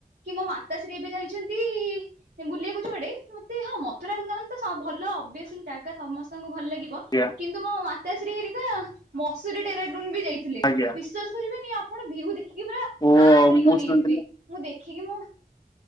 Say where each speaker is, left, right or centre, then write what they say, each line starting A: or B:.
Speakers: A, on the right (about 85°); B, on the left (about 25°).
A: କି ମୋ ମାତା ଶ୍ରୀ ଏବେ ଯାଇଛନ୍ତି ବୁଲିବାକୁ ଯୁଆଡେ ହଁ ମଥୁରା ବୃନ୍ଦାବନ ତ ଭଲ ଓବିଅସଲି ଜାଗା ସମସ୍ତଙ୍କୁ ଭଲ ଲାଗ
B: ଆଜ୍ଞା
A: କିନ୍ତୁ ମୋ ମାତାଶ୍ରୀ ହେରିକା ମସୁରୀ ଟେରାଡୁନ ବି ଯାଇଥିଲେ
B: ଆଜ୍ଞା
A: ବିଶ୍ଵାସ କରିବେନି ଆପଣ ଭିଉ ଦେଖିକି ପୁରା
B: ଓ
A: ଆଁ କରିକି
B: ମୁଁ
A: ଅନେଇଥିବେ
B: ଶୁଣିଥିଲି
A: ମୁଁ ଦେଖିକି ଦେଖି ମୁଁ